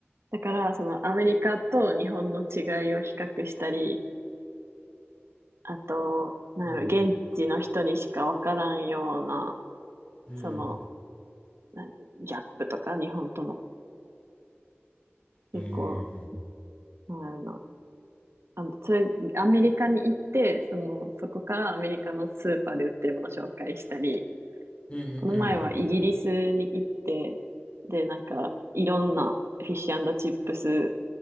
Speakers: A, on the right; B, on the left.
A: だから、そのアメリカと日本の違いを比較したり、あと、なんやろ、
B: うん。
A: 現地の人にしかわからんような、
B: うん。
A: その、なギャップとか、日本との、結構、
B: うん。うん
A: なんやろなあの、それ、アメリカに行って、その、そこからアメリカのスーパーで売ってるものを紹介したり、
B: うんう
A: この前はイギリスに行って、
B: ん。
A: で、なんか、いろんなフィッシュチップス